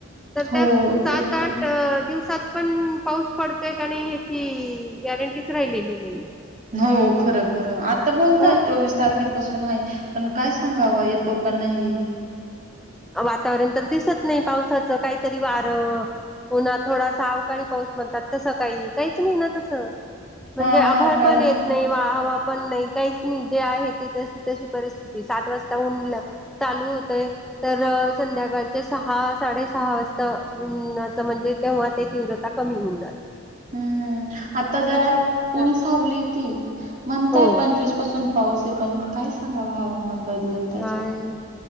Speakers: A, in the centre; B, on the right.
A: तर
B: हो,
A: त्या सात
B: तेच
A: आठ
B: तर.
A: दिवसात पण पाऊस पडतोय का नाही ह्याची गॅरंटीच राहिलेली नाही
B: हो खर खरं आता बोलताय
A: हा
B: चोवीस तारखेपासून आहे पण काय सांगाव येत तो का नाही
A: वातावरण तर दिसत नाही पावसाचं काहीतरी वारं पुन्हा थोडासा अवकाळी पाऊस म्हणतात तसं काही काहीच नाही ना तस म्हणजे
B: हां,
A: आभळ
B: हां. काहीच
A: पण येत नाही वा पण नाही काहीच नाही जे आहे ते तशी तशी परिस्थिती सात वाजता उनल चालू होतय तर संध्याकाळचे सहा साडे सहा वाजता ऊन म्हणजे तेव्हा ते तीव्रता कमी होईणार
B: हम्म आता जरा
A: तशीच
B: उन
A: आहे
B: सावली ती म्हणताय
A: हो
B: पंचवीस पासून पाव पास पण काय सांगाव हवामान बदलल त्याच्यावर.
A: काय